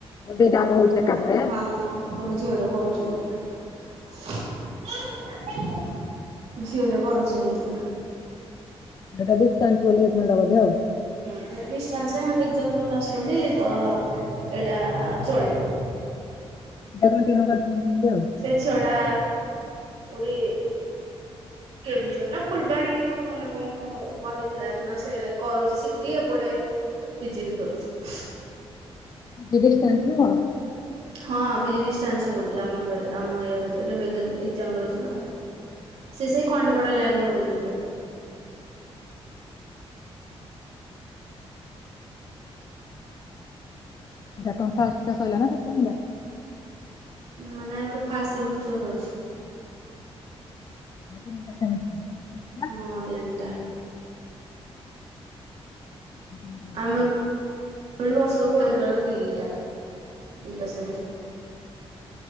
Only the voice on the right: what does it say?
ହଁ ଗୋଟେ ଝିଅ ଟେ କରୁଚି ଏଁତି। ଝିଅ ଟେ କରୁଚି ହିଁତି।
ଏ ଡିଷ୍ଟାନ୍ସରେ ହେଲେ ଏକ୍ଜାମ୍ ଦବା ପାଇଁ ଆସୁଛନ୍ତି ତ ଏଇଟା ଚଳିବ।
ସେ ଝିଅଡା ଗୋଡି କେଉଁଝର ନା ଫୁଲବାଣୀ ମୋର ମନେ ପଡୁନି, ମୋର କହିଥିଲା, ଦିନ ସେ କରୁଛି ସିଟିି ଏପଟେ ପିଜିି ବି କରୁଚି।
ହଁ, ପିଜି ଡିଷ୍ଟାନ୍ସରେ କରୁଚି। ଆମ ଗେ ଆମ ଇଏରେ ତ ଏଠେ ଗେ ଏକ୍ଜାମ୍ ଦଉଥିଲା ଆଉ। ସେ ସେଇ ଖଣ୍ଡ ପଡା ଲାଇନ୍ ର ଗୋଟେ ଝିଅ ଟେ।
ମାନେ, ମୋର ଫାଷ୍ଟ ସେମିଷ୍ଟାର ସରିଛି।
ହଁ ତିନଟା।
ଆମେ
କହିଲୁ, ବର୍ଷ କୁ <unintelligible> ଦିଟା ତିନଟା ସେମିଷ୍ଟାର।